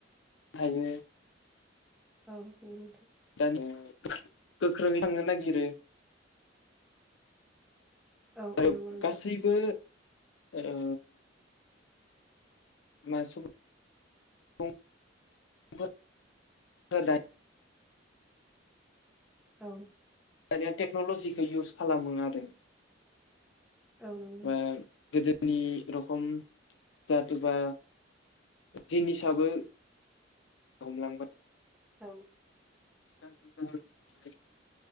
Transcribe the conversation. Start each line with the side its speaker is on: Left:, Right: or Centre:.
Left: हायो
Centre: औ नंगौ नोथां
Left: दानि <unintelligible> गो <unintelligible> ख्रोङै थांनो नागिरो।
Centre: औ
Left: आरो
Centre: औ नंगौ नोंथां
Left: गासैबो आरो <unintelligible> सुबुंफोरा <inaudible>
Centre: औ
Left: दानिया टेक्न'लजिखौ इउस खालामो आरो
Centre: औ नंगौ नोंथां
Left: मा गोदो नि रोखम जाथोबा जिनिसआबो हमलांबाय
Centre: औ
Left: औ <unintelligible>